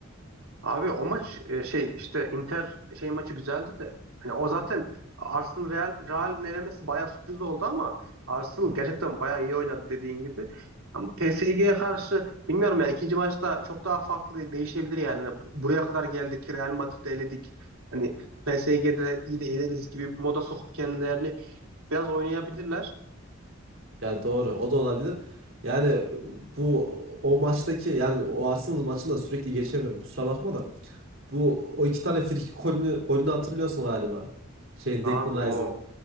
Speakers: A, on the right; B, on the right.
A: Abi o maç e, şey işte Inter şey maçı güzeldi de. Hani o zaten Arsenal Real Real'in elemesi bayağı sürpriz oldu ama Arsenal
B: <laughs> Hı.
A: gerçekten bayağı iyi oynadı dediğin gibi. Ama PSG'ye karşı bilmiyorum yani ikinci maçta çok daha farklı değişebilir yani. Hani buraya kadar geldik Real Madrid'i eledik. Hani PSG'de iyi de eleriz gibi bir moda sokup kendilerini biraz oynayabilirler.
B: Ya doğru o da olabilir. Yani e, bu o maçtaki yani o Arsenal maçında sürekli geçemiyorum kusura bakma da. Bu o iki tane frikik golünü, golünü hatırlıyorsun galiba. Şeyin
A: Abi
B: Declan
A: o
B: Rice'ın.